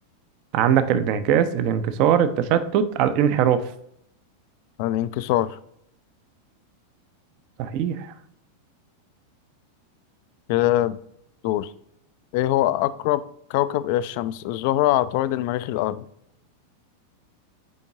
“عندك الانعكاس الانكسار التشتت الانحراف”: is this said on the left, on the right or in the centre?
Right